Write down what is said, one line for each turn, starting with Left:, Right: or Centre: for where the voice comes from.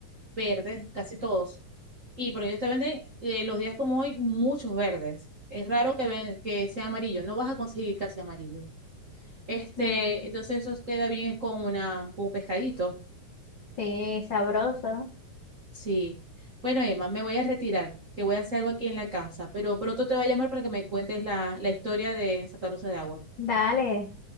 Right: verdes, casi todos. Y por ellos te venden eh, los días como hoy muchos verdes. Es raro que, ven- que sea amarillo, no vas a conseguir casi amarillo. Este,
Left: Mm,
Right: entonces eso queda bien es con una, con un pescadito.
Left: sí, sabroso.
Right: Sí. Bueno, Emma, me voy a retirar, que voy a hacer algo aquí en la casa, pero pronto te voy a llamar para que me cuentes la, la historia de Santa Rosa de Agua.
Left: Dale,